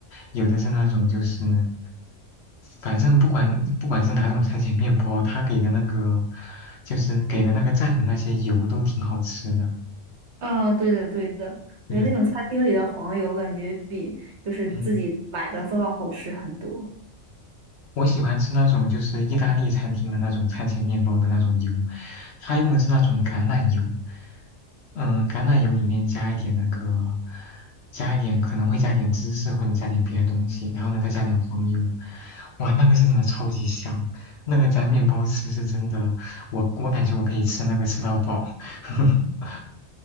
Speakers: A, on the left (about 60°); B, on the right (about 60°).
A: 有的是那种就是，反正不管不管是哪种餐前面包，它给的那个就是给的那个蘸的那些油都挺好吃的。
B: 啊，对的，对的，我觉得那种餐厅里的黄油感觉比就是自己买的都要好吃很多。
A: 对，嗯，我喜欢吃那种就是意大利餐厅的那种餐前面包的那种油，它用的是那种橄榄油，嗯，橄榄油里面加一点那个，加一点可能会加点芝士或者加点别的东西，然后呢再加点黄油，哇，那个是真的超级香，那个沾面包吃是真的，我我感觉我可以吃那个吃到饱。<laughs>